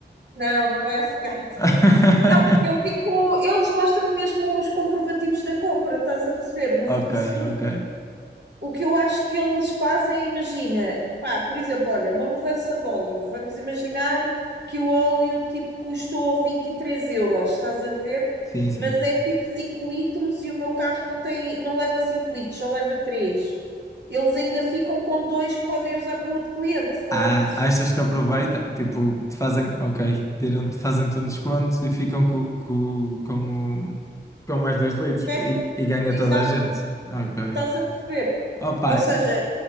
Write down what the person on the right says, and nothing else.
Não, não vai secar.
Não, porque eu fico. Eles mostram mesmo os comprovativos da compra, estás a perceber? No fornecedor.
O que eu acho que eles fazem, é, imagina, pá, por exemplo, olha, uma mudança de óleo. Vamos imaginar que o óleo tipo custou 23 euros, estás a ver?
Mas é tipo 5 litros e o meu carro não tem, não leva 5 litros, só leva 3. Eles ainda ficam com dois que podem usar para o outro cliente, estás
a perceber?
O resto,
exato,
estás a perceber?
Ou seja,